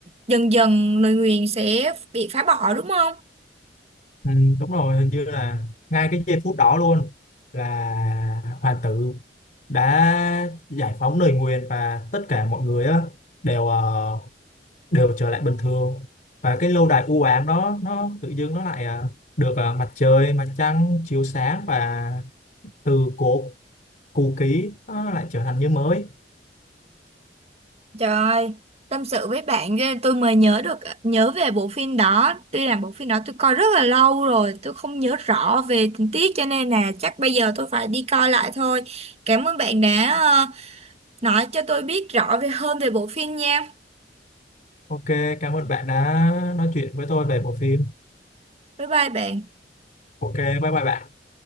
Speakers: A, on the right (about 35°); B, on the left (about 50°).
A: dần dần lời nguyền sẽ bị phá bỏ đúng không?
B: ừ, đúng rồi hình như là ngay cái giây phút đó luôn là hoàng tử đã giải phóng lời nguyền và tất cả mọi người á đều ờ, đều trở lại bình thường và cái lâu đài u ám đó nó tự dưng nó lại à, được à, mặt trời mặt trăng chiếu sáng và từ cổ cũ kỹ nó lại trở thành như mới
A: Trời, tâm sự với bạn ghê, tôi mới nhớ được nhớ về bộ phim đó. Tuy là bộ phim đó tôi coi rất là lâu rồi, tôi không nhớ rõ về tình tiết cho nên là chắc bây giờ tôi phải đi coi lại thôi. Cảm ơn bạn đã ờ, nói cho tôi biết rõ về hơn về bộ phim nha.
B: ok cảm ơn bạn đã nói chuyện với tôi về bộ phim
A: Bye bye bạn.
B: ok bye bye bạn